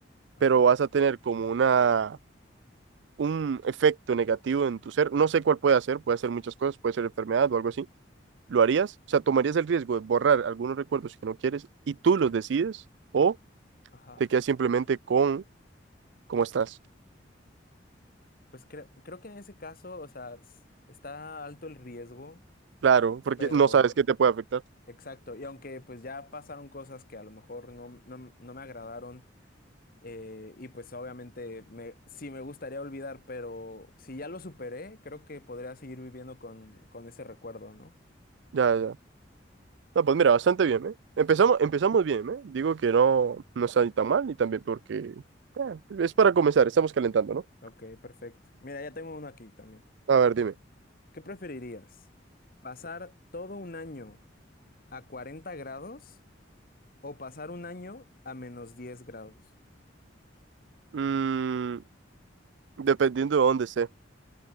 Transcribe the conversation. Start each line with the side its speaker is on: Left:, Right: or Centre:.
Left: ajá,
Right: pero vas a tener como una, un efecto negativo en tu ser, no sé cuál puede ser, puede ser muchas cosas, puede ser enfermedad o algo así, ¿lo harías? O sea, ¿tomarías el riesgo de borrar algunos recuerdos que no quieres y tú los decides o
Left: ajá.
Right: te quedas simplemente con cómo estás?
Left: Pues cre- creo que en ese caso, o sea, s- está alto el riesgo,
Right: Claro, porque
Left: pero
Right: no sabes qué te puede afectar.
Left: exacto, y aunque pues ya pasaron cosas que a lo mejor no, no, no me agradaron Eh, y pues obviamente me, sí me gustaría olvidar, pero si ya lo superé, creo que podría seguir viviendo con, con ese recuerdo, ¿no?
Right: Ya, ya. No, pues mira, bastante bien, ¿eh? Empezamos, empezamos bien, ¿eh? Digo que no, no está ni tan mal, ni tan bien, porque eh, es para comenzar, estamos calentando, ¿no?
Left: Ok, perfecto. Mira, ya tengo uno aquí también.
Right: A ver, dime.
Left: ¿Qué preferirías? ¿Pasar todo un año a 40 grados o pasar un año a menos diez grados?
Right: Mm, dependiendo de dónde esté.